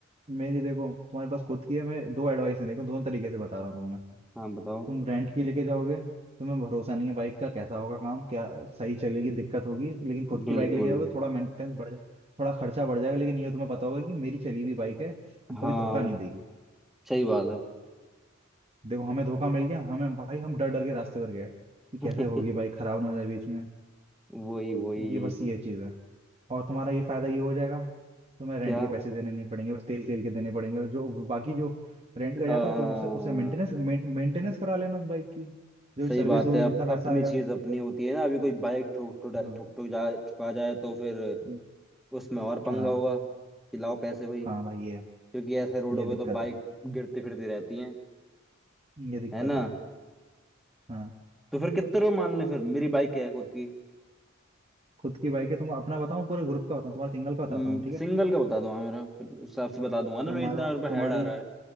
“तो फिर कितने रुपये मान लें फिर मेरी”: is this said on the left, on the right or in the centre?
Centre